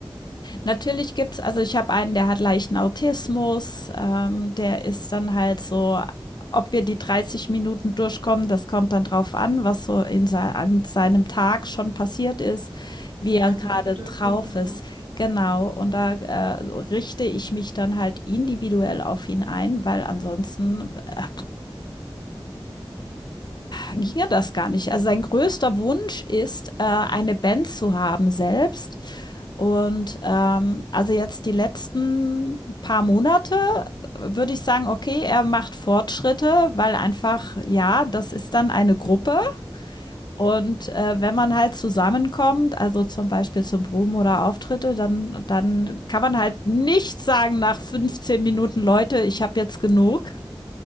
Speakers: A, on the left; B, on the right.
A: Natürlich gibt's, also ich habe einen, der hat leichten Autismus, ähm, der ist dann halt so, ob wir die 30 Minuten durchkommen, das kommt dann drauf an, was so in sei- an seinem Tag schon passiert ist, wie
B: Ja,
A: er
B: und
A: gerade
B: wie die Bedürfnisse
A: drauf ist.
B: sind.
A: Genau, und da äh, richte ich mich dann halt individuell auf ihn ein, weil ansonsten äh, ginge das gar nicht. Also sein größter Wunsch ist, äh, eine Band zu haben selbst. Und ähm, also jetzt die letzten paar Monate äh, würde ich sagen, okay, er macht Fortschritte, weil einfach, ja, das ist dann eine Gruppe. Und äh, wenn man halt zusammenkommt, also zum Beispiel zum Proben oder Auftritte, dann, dann kann man halt nicht sagen nach 15 Minuten, Leute, ich habe jetzt genug.